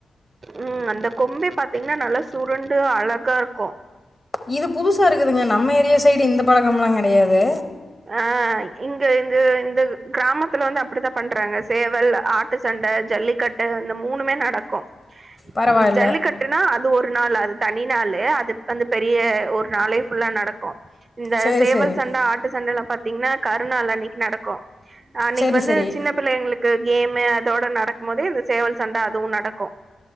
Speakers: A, on the right (about 55°); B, on the left (about 30°).
A: உம் அந்த கொம்பே பாத்தீங்கன்னா நல்லா சுருண்டு அழகா இருக்கும்
B: இது புதுசா இருக்குதுங்க நம்ம ஏரியா சைடு இந்த பழக் கம்பல கிடையாது
A: அஹ் இங்க இந்த இந்த கிராமத்துல வந்து அப்டித்தான் பண்றாங்க சேவல் ஆட்டு சண்டை ஜல்லிக்கட்டு இந்த மூணுமே நடக்கும்
B: பரவாயில்ல
A: இந்த ஜல்லிக்கட்டுனா அது ஒரு நாள் அது தனி நாளு அது வந்து பெரிய ஒரு நளே ஃபுல்லா நடக்கும் இந்த
B: சரி
A: சேவல்
B: சரி
A: சண்டை ஆட்டு சண்டைல்ல பாத்தீங்கன்னா கருணா நாள்னா அன்னைக்கு நடக்கும் அன்னைக்கு
B: சரி
A: வந்து
B: சரி
A: சின்ன பிள்ளைங்களுக்கு கேமு அதோட ந நடக்கும் போது இந்த சேவல் சண்டை அதுவும் நடக்கும்